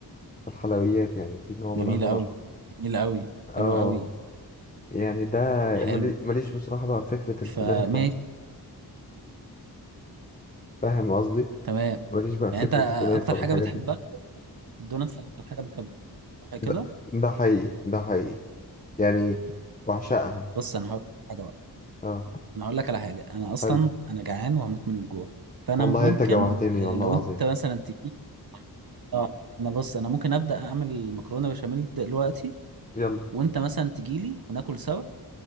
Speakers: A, on the left; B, on the right.
A: في الحلويات يعني دي نوع
B: جميل
A: من انواع
B: قوي جميل قوي
A: اه
B: حلو قوي
A: يعني ده
B: حلو
A: ملي- ماليش بصراحة بقى فكرة
B: فماشي
A: الكنافة فاهم قصدي
B: تمام
A: ماليش بقى
B: يعني
A: فكرة
B: انت
A: الكنافة
B: اكتر حاجة
A: والحاجات
B: بتحبها
A: دي
B: الدوناتس اكتر حاجة بتحبها صح كده
A: ده, ده حقيقي ده حقيقي يعني بعشقها
B: بص انا هقول لك حاجة بقى
A: اه
B: انا هقول لك على حاجه انا اصلا
A: حلو
B: انا جعان وهموت من الجوع فانا
A: والله
B: ممكن
A: انت جوعتني
B: آه،
A: والله
B: لو
A: العظيم
B: انت مثلا تجي اه انا بص انا ممكن ابدا اعمل مكرونه بشاميل دلوقتي
A: يلا
B: وانت مثلا تجي لي وناكل سوا